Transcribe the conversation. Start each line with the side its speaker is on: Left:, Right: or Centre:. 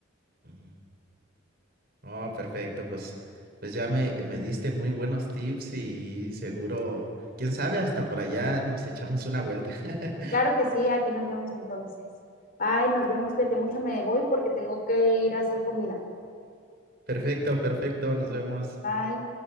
Right: Ujú. Oh, perfecto, pues, pues ya me, me diste muy buenos tips y seguro, quién sabe, hasta por allá nos echamos una vuelta. <laughs>
Left: Claro que sí, aquí nos vemos entonces. Bye, nos vemos, cuídate mucho, me voy porque tengo que ir a hacer comida.
Right: Perfecto, perfecto, nos vemos.
Left: Bye.